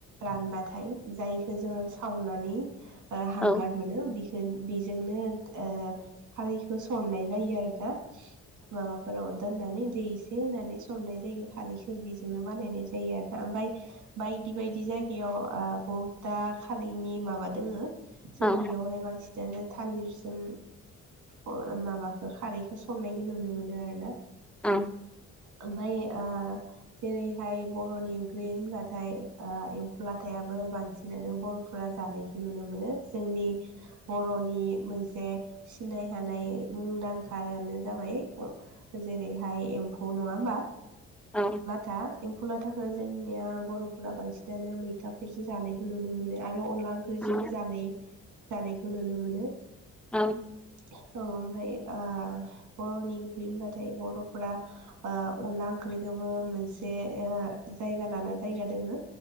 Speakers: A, on the right (about 85°); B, in the centre.
A: रानबाथाय जायखो जोङो सावनानि हांगार
B: औ
A: मोनो बि जों बेजोंनो ओ खारैखौ सरनाय जायो आरोना। माबाफोराव दोननानै दै एसे होनानै सरनाय जायो खारैखौ बि दिनो बानायनाय जायो आरोना ओमफ्राय बायदि बायदि जायगायाव ओ दा खालिनि माबा दोङो, जोंनियावहाय
B: औ
A: बांसिनानो थालिरजों ओ अ माबाखौ खारैखौ संनायखौ नुनो मोनो आरो।
B: ओ
A: ओमफ्राय ओ जेरैहाय बर'नि ओंख्रि होनबाथाय ओ एम्फौ लाथायाबो बांसिनानो बर'फोरा जानाय नुनो मोनो, जोंनि बर'नि मोनसे सिनाय हानाय मुंदांखायानो जाबाय जेरैहाय एम्फौ नङा होमबा?
B: औ
A: दा एम्फौ लाथाखो जोंनिया बर'फोरा बांसिनानो मैथाफोरजो जानायखौ नुनो मोनो आ रो अनला ओंख्रिजोंबो
B: उम
A: जानाय जानायखौ नुनो मोनो।
B: औ
A: औ ओमफ्राय आ बर'नि ओंख्रि होनबाथाय बर'फोरा ओ अनला ओं ख्रिखौबो मोनसे ओ जायगा लाना जायगा दङो